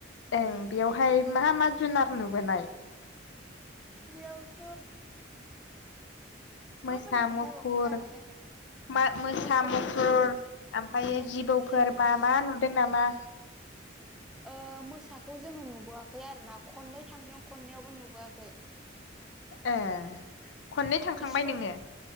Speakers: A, on the left (about 75°); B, in the centre.
A: ओं बेवहाय मा मा जुनार नुबोनाय
B: बेयावथ
A: मोसा
B: माबोरै खोन्थाबावनो
A: मुफुर
B: आङो
A: मा मोसा
B: मुफुर
A: मुसुर ओमफायो
B: मुफुर
A: जिबौफोर
B: थायो
A: मा मा नुदों नामा
B: ओ मोसाखौ जोङो नुबोआखै आरोना खननै थांदों खननैयाबो नुबोआखै
A: ए खननै थांखांबाय
B: स्कुल
A: नोङो